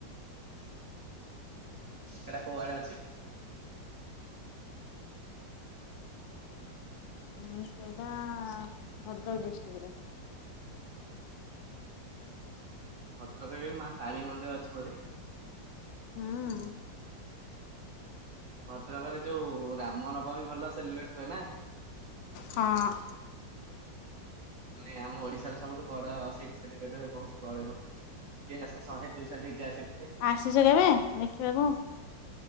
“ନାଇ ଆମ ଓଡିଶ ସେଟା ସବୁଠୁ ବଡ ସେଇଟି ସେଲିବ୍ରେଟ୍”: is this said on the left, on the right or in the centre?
Right